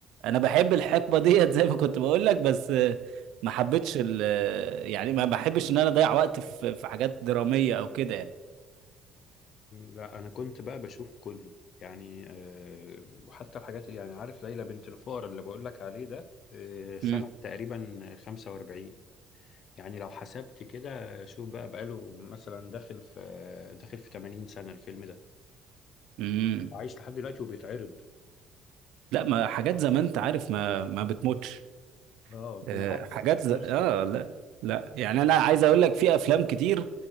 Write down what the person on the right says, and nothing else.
انا بحب الحقبه <laughs> ديت زي ما كنت بقولك بس آه، ما حبيتش ال آه، يعني ما بحبش ان انا اضيع وقت في في حاجات دراميه او كده يعني
امم
امم
لا ما حاجات زمان انت عارف ما ما بتموتش
آه، حاجات زي...
اه لا لا يعني انا عايز اقول لك في افلام كتير